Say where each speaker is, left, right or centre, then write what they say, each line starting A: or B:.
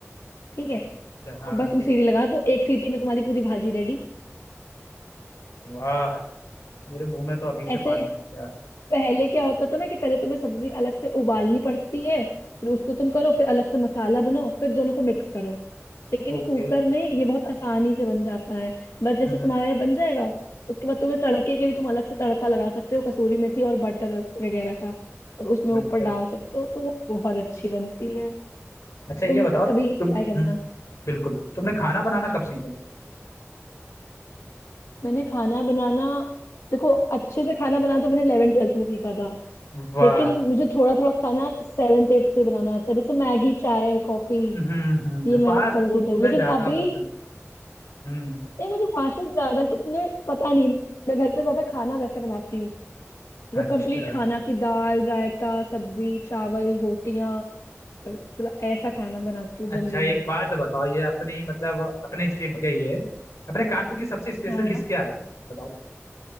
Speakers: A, on the left; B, on the left.
A: ठीक है
B: अच्छा हाँ
A: और बस तुम
B: ठीक
A: सीटी
B: है
A: लगा दो एक सीटी में तुम्हारी पूरी भाजी रेडी
B: वाह मेरे मुंह में तो अभी से
A: ऐसे
B: पानी आ गया
A: पहले क्या होता था ना कि पहले तुम्हें सब्जी अलग से उबालनी पड़ती है फिर उसको तुम करो फिर अलग से मसाला बनाओ फिर दोनों को मिक्स करो लेकिन
B: ओके
A: कुकर में ये बहुत आसानी से बन जाता है बस जैसे
B: हम्म
A: तुम्हारा ये बन जाएगा उसके बाद तुम्हें तड़के के लिए तुम अलग से तड़का लगा सकते हो कसूरी मेथी और बटर वग- वगैरह का और उसमें
B: अच्छा
A: ऊपर डाल सकते हो तो वो बहुत अच्छी बनती है
B: अच्छा ये
A: तुम
B: बताओ
A: कभी
B: तुम
A: ट्राई करना
B: हम्म बिल्कुल बिल्कुल। तुमने खाना बनाना कब सीखा
A: मैंने खाना बनाना देखो अच्छे से खाना बनाना तो मैंने इलेवन ट्वेल्थ में सीखा था
B: वाह
A: लेकिन मुझे थोड़ा थोड़ा खाना सेवेंथ एट से ही बनाना आता है जैसे मैगी चाय कॉफी
B: हम्म हम्म,
A: ये मैंने
B: फास्ट
A: तरह
B: फूड
A: से किया
B: तुम्हें
A: लेकिन
B: ज्यादा
A: अभी
B: पसंद हम्म
A: नहीं मुझे फास्ट फूड ज्यादा तो मुझे पता नहीं मैं घर पे ज्यादा खाना वैसा बनाती हूँ मतलब
B: अच्छा
A: कंप्लीट खाना की दाल रायता सब्जी चावल रोटियां और सला- ऐसा खाना बनाती हूँ
B: अच्छा
A: जनरली
B: एक बात बताओ ये अपनी मतलब अपने स्टेट का ही है अपने कानपुर की सबसे स्पेशल
A: हाँ हाँ
B: डिश क्या है बताओ